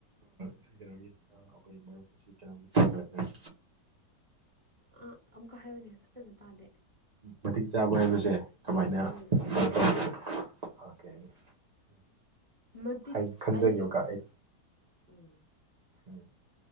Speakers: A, on the right; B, on the right.
A: ꯁꯤ ꯀꯩꯅꯣꯒꯤ ꯑꯩꯈꯣꯏ ꯃꯔꯨꯞꯁꯤ ꯀꯩꯅꯣꯒꯤꯅ
B: ꯑꯥ ꯑꯃꯨꯛꯀ ꯍꯥꯏꯔꯨꯅꯦ ꯐꯖꯅ ꯇꯥꯗꯦ
A: ꯃꯇꯤꯛ ꯆꯥꯕ ꯍꯥꯏꯕꯁꯦ ꯀꯃꯥꯏꯅ <unintelligible>
B: ꯎꯝ ꯃꯇꯤꯛ
A: ꯍꯥꯏ ꯈꯟꯖꯒꯦꯕꯀꯣ
B: ꯑꯩꯒꯤ
A: ꯑꯩ
B: ꯎꯝ
A: <inaudible>